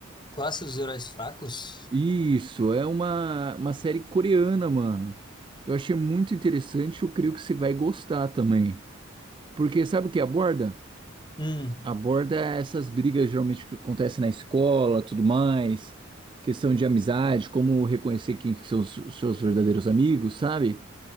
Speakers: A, on the left; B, on the right.
A: Classe dos Heróis Fracos.
B: Isso, é uma, uma série coreana, mano. Eu achei muito interessante, eu creio que você vai gostar também. Porque sabe o que aborda?
A: Hum,
B: Aborda essas brigas geralmente que acontecem na escola, tudo mais, questão de amizade, como reconhecer quem que são os os seus verdadeiros amigos, sabe?